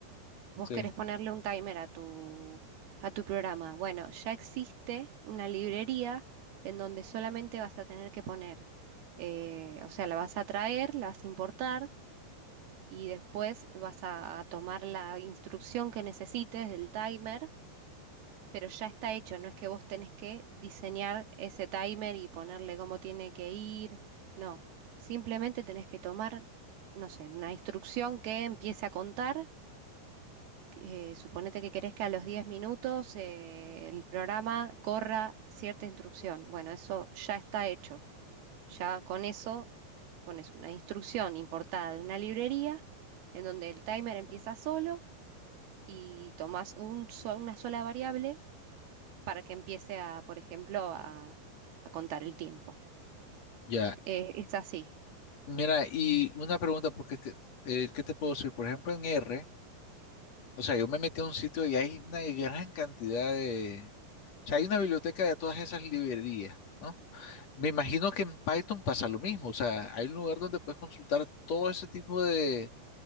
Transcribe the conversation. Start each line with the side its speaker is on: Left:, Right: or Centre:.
Right: Vos
Left: Sí.
Right: querés ponerle un timer a tu, a tu programa. Bueno, ya existe una librería en donde solamente vas a tener que poner, eh, o sea, la vas a traer, la vas a importar y después vas a tomar la instrucción que necesites del timer pero ya está hecho, no es que vos tenés que diseñar ese timer y ponerle cómo tiene que ir, no, simplemente tenés que tomar, no sé, una instrucción que empiece a contar, eh, suponete que querés que a los 10 minutos eh, el programa corra cierta instrucción, bueno, eso ya está hecho, ya con eso pones una instrucción importada de una librería en donde el timer empieza solo y tomás un so- una sola variable para que empiece a, por ejemplo, a, a contar el tiempo.
Left: Ya.
Right: Eh, es así.
Left: Mira, y una pregunta, porque es que, eh, ¿qué te puedo decir? Por ejemplo, en R, o sea, yo me metí a un sitio y hay una gran cantidad de... O sea, hay una biblioteca de todas esas librerías, ¿no? Me imagino que en Python pasa lo mismo, o sea, hay un lugar donde puedes consultar todo ese tipo de,